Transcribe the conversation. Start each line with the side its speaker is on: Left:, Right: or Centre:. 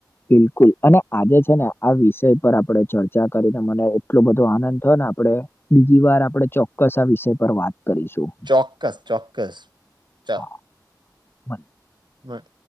Left: બિલકુલ અને આજે છેને, આ વિષય પર આપડણે ચર્ચા કરીને મને એટલો બધો આનંદ થયો, ને આપે બીજી વાર આપદે ચોક્કસ, આ વિષય પર વાત કરીશું.
Right: ચોક્કસ ચોક્કસ, ચલ
Left: હા <inaudible>
Right: પણ